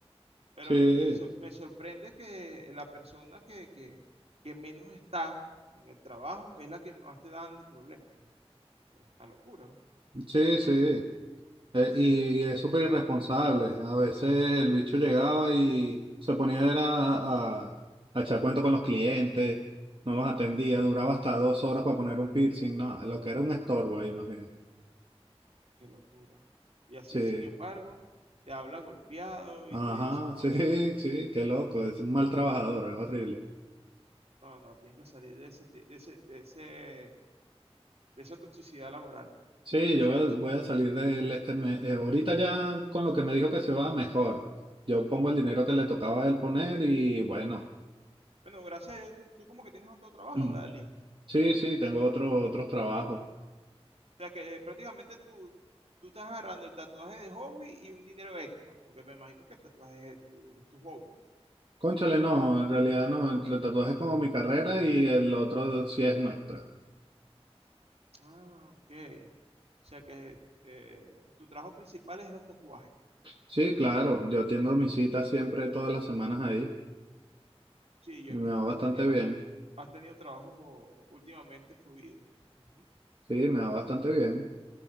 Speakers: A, on the right (about 70°); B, on the right (about 50°).
A: Pero
B: Sí,
A: me, sor- me sorprende que la persona que, que- que menos está en el trabajo es la que más te está dando problemas. ¿no? Esta locura,
B: sí, sí. Eh, y, y es súper irresponsable. A veces el bicho llegaba y se ponía era a, a a echar cuento con los clientes, no los atendía, duraba hasta dos horas para poner un piercing, no, lo que era un estorbo ahí más bien.
A: qué locura. Y así,
B: Sí,
A: sin embargo, te habla golpeado
B: ajá,
A: y te dice cosas.
B: sí, <laughs> sí, qué loco, es un mal trabajador, es horrible.
A: No, no, tienes que salir de ese, ti- de ese, de ese, de esa toxicidad laboral.
B: Sí,
A: Pues
B: yo voy
A: es-
B: a, voy a salir de él este mes. Eh, ahorita ya con lo que me dijo que se va, mejor. Yo pongo el dinero que le tocaba a él poner y bueno,
A: Bueno, gracias a Dios, cu- tú como que tienes otro trabajo,
B: <clears throat>
A: ¿verdad, Lee?
B: sí, sí, tengo otro, otros trabajos.
A: O sea que eh, prácticamente tú, tú estás agarrando el tatuaje de hobby y un dinero extra, porque me imagino que el tatuaje es tu, es tu hobby.
B: Cónchale, no, en realidad no. El tatuaje es como mi carrera y el otro sí es un extra.
A: Ah, ok. O sea que eh, tu trabajo principal es los tatuajes.
B: Sí, claro, yo atiendo mis citas siempre todas las semanas ahí
A: Sí, yo
B: y
A: he
B: me
A: visto
B: va bastante
A: que has tenido,
B: bien.
A: has tenido trabajos últimamente fluidos. Ujú.
B: Sí, me va bastante bien.